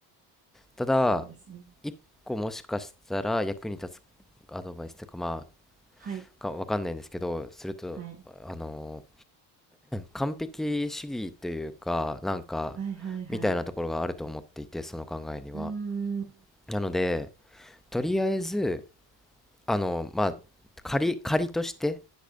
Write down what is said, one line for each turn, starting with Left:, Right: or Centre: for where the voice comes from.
Centre: ただ
Right: そうですね。
Centre: 一個もしかしたら役に立つアドバイスというかま
Right: はい、
Centre: あかわかんないんですけどするとあの
Right: はい、
Centre: 完璧主義というかなんか
Right: はい、はい、はい。
Centre: みたいなところがあると思っていてその考えには
Right: うーん、
Centre: なのでとりあえずあのまあ仮仮として